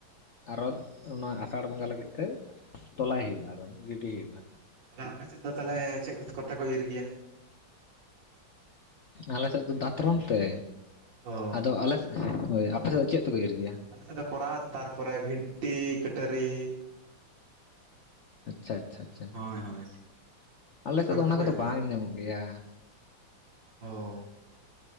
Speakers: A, on the left (about 70°); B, on the right (about 70°).
A: ᱟᱨᱚ ᱚᱱᱟ ᱟᱥᱟᱲ ᱵᱚᱸᱜᱟ ᱞᱟᱹᱜᱤᱫ ᱛᱮ ᱛᱚᱞᱟᱭ ᱦᱩᱭᱩᱜ-ᱟ ᱟᱨᱚ ᱜᱤᱰᱤ ᱦᱩᱭᱩᱜ-ᱟ᱾
B: ᱛᱟᱦᱚᱞᱮ ᱟᱯᱮ ᱥᱮᱫ ᱫᱚ ᱛᱟᱦᱚᱞᱮ ᱪᱮᱫ ᱠᱚᱛᱮ ᱠᱚ ᱤᱨ ᱜᱮᱭᱟ᱾
A: ᱟᱞᱮᱥᱮᱫ ᱫᱚ ᱫᱟᱛᱨᱚᱢ ᱛᱮ
B: ᱚ
A: ᱟᱫᱚ ᱟᱞᱮᱥᱮᱫ ᱦᱳᱭ ᱟᱯᱮ ᱥᱮᱫ ᱫᱚ ᱪᱮᱫ ᱛᱮᱠᱚ ᱤᱨ ᱜᱮᱭᱟ?
B: ᱟᱫᱚ ᱠᱚᱨᱟᱛ ᱛᱟᱨᱯᱚᱨᱮ ᱵᱷᱤᱱᱴᱤ ᱠᱟᱹᱴᱟᱹᱨᱤ
A: ᱟᱪᱪᱷᱟ ᱟᱪᱪᱷᱟ ᱟᱪᱪᱷᱟᱹ
B: ᱦᱳᱭ ᱦᱳᱭ
A: ᱟᱞᱮ ᱥᱮᱫ ᱫᱚ
B: ᱠᱚᱛᱮ
A: ᱚᱱᱟ
B: ᱠᱚ
A: ᱠᱚᱫᱚ
B: ᱤᱨ
A: ᱵᱟᱝ
B: ᱜᱮᱭᱟ
A: ᱧᱟᱢᱚᱜ ᱜᱮᱭᱟ᱾
B: ᱚᱸ